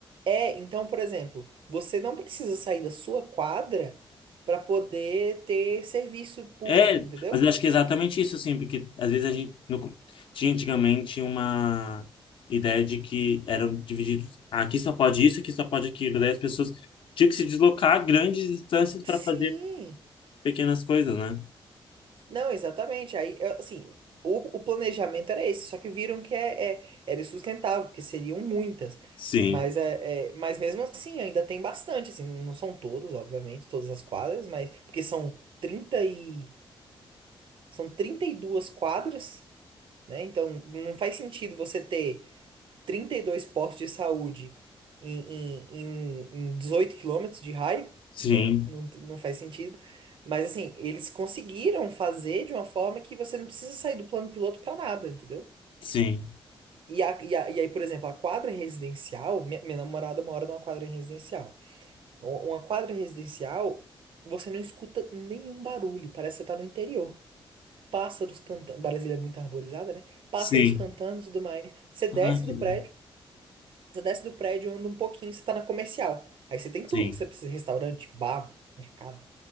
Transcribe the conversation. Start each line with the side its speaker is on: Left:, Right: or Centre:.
Right: É, então, por exemplo, você não precisa sair da sua quadra para poder ter serviço público,
Left: É,
Right: entendeu?
Left: mas eu acho que é exatamente isso, assim, porque às vezes a gente no co- tinha antigamente uma ideia de que eram divididos. Ah, aqui só pode isso, aqui só pode aquilo. Daí as pessoas tinham que se deslocar grandes distâncias para
Right: Sim,
Left: fazer pequenas coisas, né?
Right: não, exatamente. Aí, é, assim, o, o planejamento era esse, só que viram que é, é- era insustentável, porque seriam muitas.
Left: Sim,
Right: Mas, é, é- mas mesmo assim, ainda tem bastante, assim, não, não são todas, obviamente, todas as quadras, mas porque são trinta e, são 32 quadras, né? Então, não faz sentido você ter. 32 postos de saúde em, em, em, em 18 quilômetros de raio,
Left: sim,
Right: né? Não, t- não faz sentido. Mas assim, eles conseguiram fazer de uma forma que você não precisa sair do plano piloto para nada, entendeu?
Left: sim.
Right: E, a, e, a- e aí, por exemplo, a quadra residencial, minha, minha namorada mora numa quadra residencial. U- Uma quadra residencial, você não escuta nenhum barulho, parece que você tá no interior. Pássaros cantando. Brasília é muito arborizada, né? Pássaros
Left: Sim.
Right: cantando e tudo mais. Você desce
Left: Ah, que
Right: do
Left: bom.
Right: prédio, você desce do prédio, anda um pouquinho, você tá na comercial. Aí você tem
Left: Sim.
Right: tudo que você precisa: restaurante, bar, mercado.